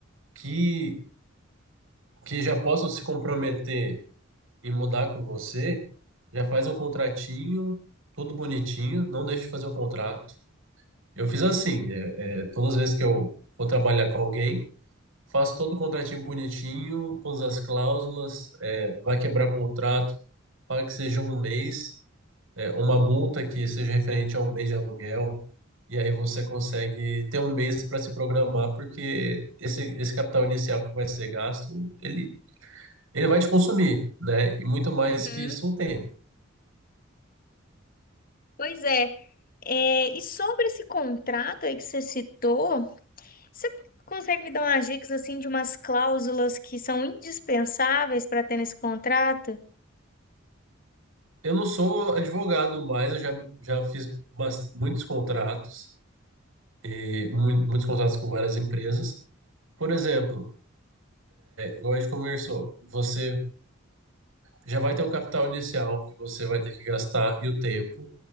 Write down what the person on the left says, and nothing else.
Uhum.
Pois é. É, e sobre esse contrato aí que você citou, você consegue me dar umas dicas assim de umas cláusulas que são indispensáveis para ter nesse contrato?